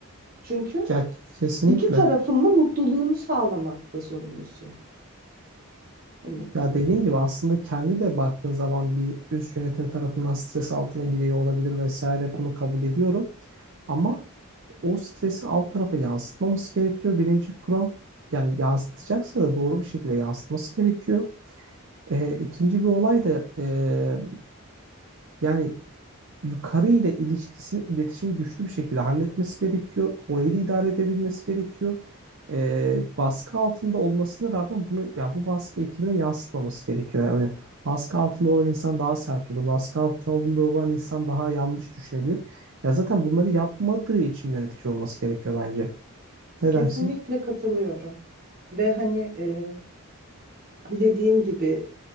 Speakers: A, on the right (about 40°); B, on the right (about 55°).
A: Çünkü
B: Ya kesinlikle.
A: iki tarafın da mutluluğunu sağlamakta sorumlusun. Hani
B: Ya dediğin gibi aslında kendi de baktığın zaman bir üst yönetim tarafından stres altına giriyor olabilir vesaire bunu kabul ediyorum. Ama o stresi alt tarafa yansıtmaması gerekiyor. Birinci kural yani yansıtacaksa da doğru bir şekilde yansıtması gerekiyor. Ee, ikinci bir olay da e, yani yukarı ile ilişkisini, iletişimi güçlü bir şekilde halletmesi gerekiyor. Orayı da idare edebilmesi gerekiyor. Ee, baskı altında olmasına rağmen bunu yani bu baskı ekibine yansıtmaması gerekiyor. Yani öyle baskı altında olan insan daha sert olur. Baskı altında olan insan daha yanlış düşünebilir. Ya zaten bunları yapmadığı için yönetici olması gerekiyor bence. Ne
A: kesinlikle
B: dersin?
A: katılıyorum. Ve hani e, dediğim gibi